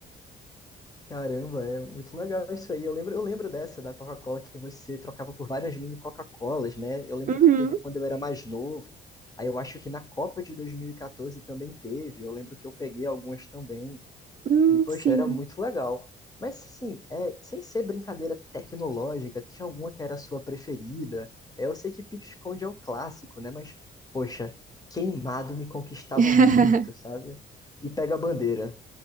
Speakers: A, on the left; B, on the right.
A: Caramba, é muito legal isso aí. Eu lembro, eu lembro dessa da Coca-Cola que você trocava por várias mini Coca-Colas, né? Eu lembro
B: Uhum.
A: que teve quando eu era mais novo. Aí eu acho que na Copa de 2014 também teve. Eu lembro que eu peguei algumas também.
B: Hum,
A: E, poxa,
B: sim.
A: era muito legal. Mas, assim, é, sem ser brincadeira tecnológica, tinha alguma que era a sua preferida? É, eu sei que pique-esconde é o clássico, né? Mas, poxa, queimado me conquistava
B: <laughs>
A: muito, sabe? E pega a bandeira.